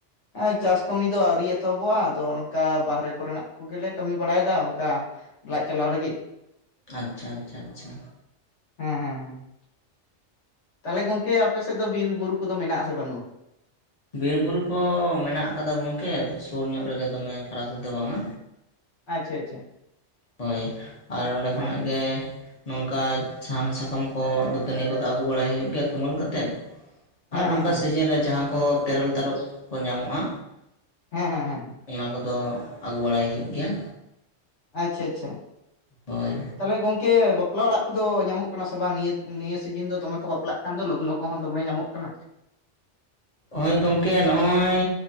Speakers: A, on the left (about 70°); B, on the left (about 40°).
A: ᱦᱮ ᱪᱟᱥ ᱠᱟᱹᱢᱤ ᱫᱚ ᱟᱹᱣᱨᱤ ᱮᱛᱚᱦᱚᱵᱚᱜᱼᱟ ᱟᱫᱚ ᱚᱱᱠᱟ ᱵᱟᱦᱨᱮ ᱠᱚᱨᱮᱱᱟᱜ ᱠᱚ ᱜᱮᱞᱮ ᱠᱟᱹᱢᱤ ᱵᱟᱲᱟᱭᱮᱫᱟ ᱚᱱᱠᱟ ᱞᱟᱡ ᱪᱟᱞᱟᱣ ᱞᱟᱹᱜᱤᱫ
B: ᱟᱪᱪᱷᱟ ᱟᱪᱪᱷᱟ ᱟᱪᱪᱷᱟ
A: ᱦᱮᱸ ᱦᱮᱸ ᱦᱮᱸ ᱛᱟᱦᱚᱞᱮ ᱜᱚᱝᱠᱮ ᱟᱯᱮ ᱥᱮᱫ ᱫᱚ ᱵᱤᱨ ᱵᱩᱨᱩ ᱠᱚᱫᱚ ᱢᱮᱱᱟᱜ ᱥᱮ ᱵᱟᱹᱱᱩᱜᱼᱟ
B: ᱵᱤᱨ ᱵᱩᱨᱩ ᱠᱚ ᱢᱮᱱᱟᱜ ᱟᱠᱟᱫᱟ ᱜᱚᱝᱠᱮ ᱥᱩᱨ ᱧᱚᱜ ᱨᱮᱜᱮ ᱫᱚᱢᱮ ᱯᱷᱟᱨᱟᱠ ᱨᱮᱫᱚ ᱵᱟᱝᱼᱟ
A: ᱟᱪᱪᱷᱟ ᱟᱪᱪᱷᱟ
B: ᱦᱳᱭ ᱟᱨ ᱚᱸᱰᱮ
A: ᱦᱮᱸ
B: ᱠᱷᱚᱱᱟᱜ ᱜᱮ ᱱᱚᱝᱠᱟ ᱥᱟᱦᱟᱱ ᱥᱟᱠᱟᱢ ᱠᱚ ᱫᱟᱹᱛᱟᱹᱱᱤ ᱠᱚᱫᱚ ᱟᱹᱜᱩ ᱵᱟᱲᱟᱭ ᱦᱩᱭᱩᱜ ᱜᱮᱭᱟ ᱛᱩᱢᱟᱹᱞ ᱠᱟᱛᱮᱫ᱾
A: ᱦᱮᱸ
B: ᱟᱨ
A: ᱦᱮᱸ
B: ᱚᱱᱠᱟ
A: ᱦᱮᱸ ᱦᱮᱸ
B: ᱥᱤᱡᱤᱱ ᱨᱮ ᱡᱟᱦᱟᱸ ᱠᱚ ᱛᱮᱨᱮᱞ ᱛᱟᱨᱚᱵ ᱠᱚ ᱧᱟᱢᱚᱜᱼᱟ
A: ᱦᱮᱸ ᱦᱮᱸ ᱦᱮᱸ ᱦᱮᱸ
B: ᱚᱱᱟ ᱠᱚᱫᱚ ᱟᱹᱜᱩ ᱵᱟᱲᱟᱭ ᱦᱩᱭᱩᱜ ᱜᱮᱭᱟ᱾
A: ᱟᱪᱪᱷᱟ ᱟᱪᱪᱷᱟ
B: ᱦᱳᱭ
A: ᱛᱟᱦᱚᱞᱮ ᱜᱚᱝᱠᱮ ᱵᱟᱯᱞᱟ ᱚᱲᱟᱜ ᱠᱚᱫᱚ ᱧᱟᱢᱚᱜ ᱠᱟᱱᱟ ᱥᱮ ᱵᱟᱝ ᱱᱤᱭᱟᱹ ᱱᱤᱭᱟᱹ ᱥᱤᱡᱤᱱ ᱫᱚ ᱫᱚᱢᱮ ᱠᱚ ᱵᱟᱯᱞᱟᱜ ᱠᱟᱱ ᱫᱚ ᱞᱚᱜᱽᱱᱚ ᱠᱚᱦᱚᱸ ᱫᱚᱢᱮ ᱧᱟᱢᱚᱜ ᱠᱟᱱᱟ᱾
B: ᱳᱭ ᱜᱚᱝᱠᱮ ᱱᱚᱜ-ᱚᱭ